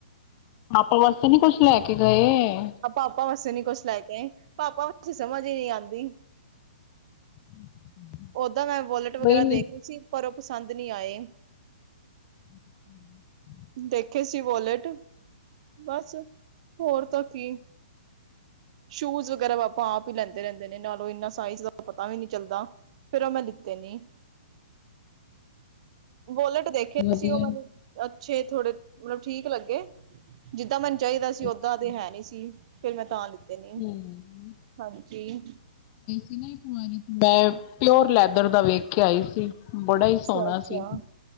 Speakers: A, on the left; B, on the right.
A: ਪਾਪਾ ਵਾਸਤੇ ਨੀ ਕੁਛ ਲੈ ਕੇ ਗਏ
B: ਪਾਪਾ ਵਾਸੇ ਨੀ ਕੁਛ ਲੈ ਕੇ ਆਏ। ਪਾਪਾ ਵਾਸਤੇ ਸਮਝ ਹੀ ਨਹੀ ਆਉਂਦੀ
A: <unintelligible>
B: ਓਦਾਂ ਮੈਂ ਵੋਲਟ ਵਗੈਰਾ
A: ਬਈ ਨੀ
B: ਦੇਖ ਰਹੀ ਸੀ। ਪਰ ਉਹ ਪਸੰਦ ਨਹੀਂ ਆਏ
A: <inaudible>
B: ਦੇਖੇ ਸੀ ਵਾਲੇਟ ਬਸ ਹੋਰ ਤਾਂ ਕੀ ਸ਼ੂਜ ਵਗੈਰਾ ਪਾਪਾਂ ਆਪ ਹੀ ਲੈਂਦੇ ਰਹਿੰਦੇ ਨੇ, ਨਾਲੋਂ ਇਨਾ ਸਾਈਜ਼ ਦਾ ਪਤਾ ਵੀ ਨੀ ਚੱਲਦਾ। ਫੇਰ ਉਹ ਮੈਂ ਲ ਤੇ ਨਹੀ ਵੋਲਟ ਦੇਖੇ
A: ਵਧੀਆ
B: ਸੀ। ਉਹ ਮੈਨੂੰ ਅੱਛੇ ਥੋੜੇ ਮਤਲਬ ਠੀਕ ਲੱਗੇ, ਜਿੱਦਾਂ ਮੈਨੂੰ ਚਾਹੀਦਾ ਸੀ ਓਦਾਂ
A: ਅੱਛਾ
B: ਤੇ ਹੈ ਨਹੀਂ ਸੀ ਫਿਰ ਮੈਂ ਤਾਂ ਲੀਤੇ ਨਹੀ
A: ਹੂੰ।
B: ਹਾਂਜੀ
A: ਮੈਂ ਇਕ ਵਾਲਟ ਮੈਂ ਪਿਓਰ ਲੈਦਰ ਦਾ ਵੇਖ ਕੇ ਆਈ ਸੀ। ਬੜਾ ਹੀ
B: ਅੱਛਾ-ਅੱਛਾ,
A: ਸੋਹਣਾ ਸੀ।